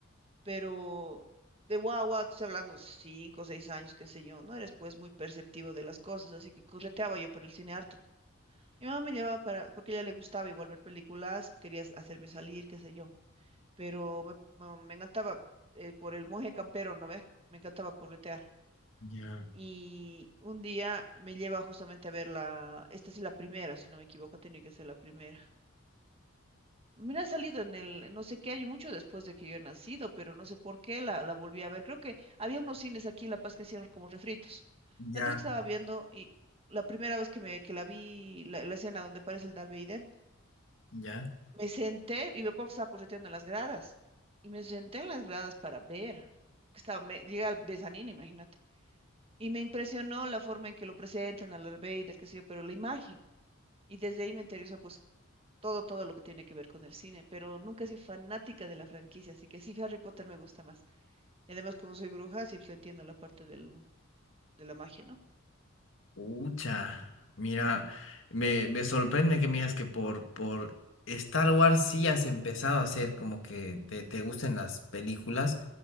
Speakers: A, on the right (about 25°); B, on the left (about 65°).
A: Pero de guagua, tú estás hablando cinco o seis años, qué sé yo, no eres pues muy perceptivo de las cosas, así que correteaba yo por el cine harto. Mi mamá me llevaba para, porque a ella le gustaba igual ver películas, quería hacerme salir, qué sé yo pero me, me- me encantaba eh, por el moje campero, ¿no ves? Me encantaba corretear.
B: ya,
A: Y un día me lleva justamente a ver la, esta sí la primera, si no me equivoco, tenía que ser la primera. Mira, ha salido en el, no sé qué año, mucho después de que yo he nacido, pero no sé por qué la, la volví a ver. Creo que había unos cines aquí en La Paz que hacían como refritos.
B: Ya,
A: La cosa que estaba viendo y la primera vez que me que la vi, la, la escena donde aparece el Darth Vader,
B: ya.
A: Me senté y veo cómo estaba correteando en las gradas. Y me senté en las gradas para ver. Que estaba, me, llega el Besanín, imagínate. Y me impresionó la forma en que lo presentan a Darth Vader, qué sé yo, pero la imagen. Y desde ahí me interesó pues todo, todo lo que tiene que ver con el cine. Pero nunca soy fanática de la franquicia, así que sí, Harry Potter me gusta más. Y además, como soy bruja, sí pues, entiendo la parte del, de la magia, ¿no?
B: Ucha. Mira, me, me sorprende que me digas que por, por Star Wars sí has empezado a hacer como que te, te gusten las películas,